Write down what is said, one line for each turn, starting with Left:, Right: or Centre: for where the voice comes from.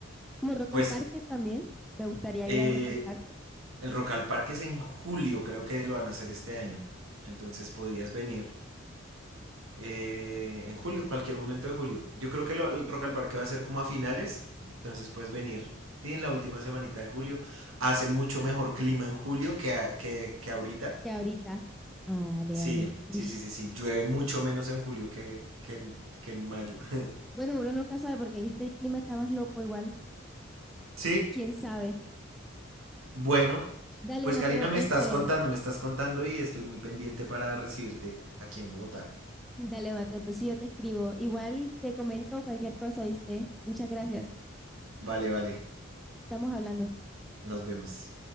Centre: Como Rock
Right: pues
Centre: al Parque también, me gustaría
Right: eh,
Centre: ir al Rock al Parque,
Right: El Rock al Parque es en julio, creo que lo van a hacer este año. Entonces podrías venir eh, en julio, en cualquier momento de julio. Yo creo que lo- el Rock al Parque va a ser como a finales, entonces puedes venir sí, en la última semanita de julio. Hace mucho mejor clima en julio que, a- que, que ahorita.
Centre: que ahorita. Ah, dale,
Right: Sí,
Centre: dale. Ush.
Right: sí, sí, sí, sí. Llueve mucho menos en julio que, que, en- que en mayo. <laughs>
Centre: Bueno, uno nunca sabe porque en este clima está más loco igual,
Right: Sí,
Centre: quién sabe.
Right: bueno,
Centre: Dale,
Right: pues
Centre: Mateo,
Right: Karina, me
Centre: este...
Right: estás contando, me estás contando y estoy muy pendiente para recibirte aquí en Bogotá.
Centre: Dale, Mateo, entonces yo te escribo. Igual te comento cualquier cosa, ¿viste? Muchas gracias.
Right: Vale, vale.
Centre: Estamos hablando.
Right: Nos vemos.